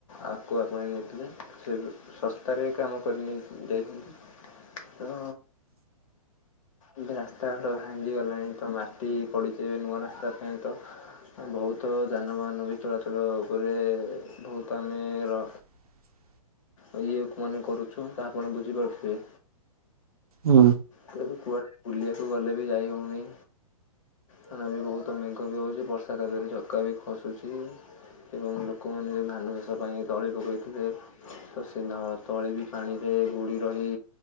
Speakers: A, on the left; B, on the right.
A: ଆକୁଆପାଇଁ ନୋଉଥିବେ ସେ ଶସ୍ତାରେ କାମ କରି ନେଇ ଦେଇ ତେଣୁ ଏବେ ରାସ୍ତାଘାଡ଼ ଭାଙ୍ଗିଗଲାଣି ତ ମାଟି ପଡ଼ିଚି ଏବେ ନୂଆ ରାସ୍ତା ପାଇଁ ତ ବହୁତ ଯାନବାହାନ ବି ଚଳାଚଳ କରେ ବହୁତ୍ ଆମେର
B: ହ <inaudible>
A: ଆଜି ଲୋକମାନେ କରୁଛୁ ତ ଆପଣ ବୁଝିପାରୁଥିବେ?
B: ହୁଁ।
A: ତେବେ କୁଆଡ଼େ ବୁଲିବାକୁ ଗଲେ ବି ଯାଇ ହୋଉନି। ହାଁ ବି ବହୁତୁ ମେଘ ବି ହୋଉଚି। ବର୍ଷା ତାଦେହରେ ଚକା ବି ଖସୁଚି। ଏବଂ ଲୋକମାନେ ଯୋଉ ଧାନ ଚାଷ ପାଇଁ ତଳି ପକେଇଥିଲେ ତସେ ତଳି ବି ପାଣିରେ ବୁଡି ରହି